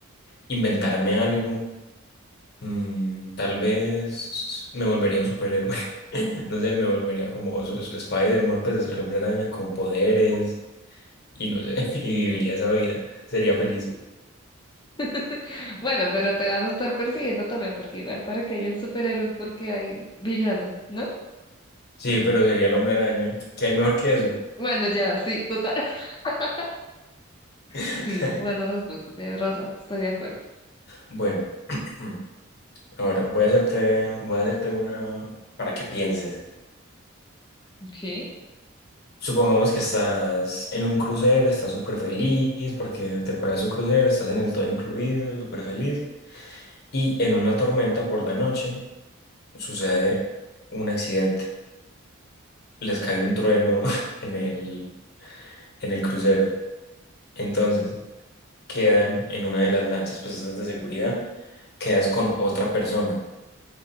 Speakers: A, on the left (about 50°); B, on the left (about 20°).
A: inventarme algo Mm, tal vez me volvería un superhéroe. <laughs> No sé, me volvería como su- su- Spider-Man, pues el hombre araña con poderes y no sé, <laughs> y viviría esa vida. Sería feliz.
B: <laughs> Bueno, pero te van a estar persiguiendo también, porque igual para que haya un superhéroe es porque hay villanos, ¿no?
A: Sí, pero sería el hombre araña. ¿Qué hay mejor que eso?
B: Bueno, ya, sí, total. <laughs>
A: <laughs>
B: Sí, buena respuesta, tienes razón, estoy de acuerdo.
A: Bueno, <clears throat> ahora voy a hacerte, voy a hacerte una para que pienses.
B: Ok,
A: Supongamos que estás en un crucero, estás súper feliz porque te pagas un crucero, estás en el todo incluido, súper feliz. Y en una tormenta por la noche sucede un accidente. Les cae un trueno <laughs> en el, en el crucero. Entonces
B: ok.
A: quedan en una de las lanchas, pues esas de seguridad, quedas con otra persona